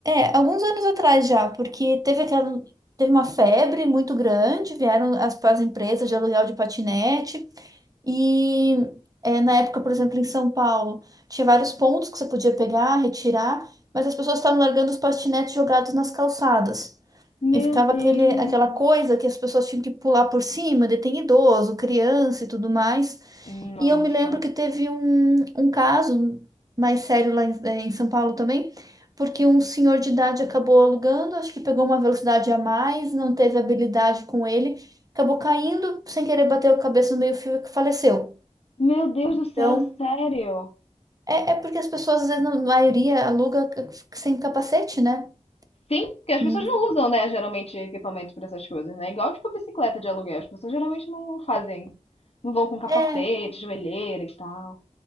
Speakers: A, on the right; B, on the left.
A: é, alguns anos atrás já, porque teve aquela, teve uma febre muito grande, vieram as, as empresas de aluguel de patinete e é, na época, por exemplo, em São Paulo, tinha vários pontos que você podia pegar, retirar, mas as pessoas estavam largando os patinetes jogados nas calçadas.
B: Meu
A: E ficava
B: Deus!
A: aquele, aquela coisa que as pessoas tinham que pular por cima, daí tem idoso, criança e tudo mais.
B: Nossa!
A: E eu me lembro que teve um, um caso mais sério lá em, eh, em São Paulo também, porque um senhor de idade acabou alugando, acho que pegou uma velocidade a mais, não teve habilidade com ele, acabou caindo, sem querer bateu a cabeça no meio-fio e faleceu.
B: Meu Deus
A: Então,
B: do céu, sério?
A: é, é porque as pessoas, às vezes, na maioria, aluga c- sem capacete, né?
B: Sim, porque as
A: Sim.
B: pessoas não usam, né, geralmente equipamento pra essas coisas, né? Igual tipo bicicleta de aluguel, as pessoas geralmente não fazem, não vão com capacete,
A: É,
B: joelheira e tal.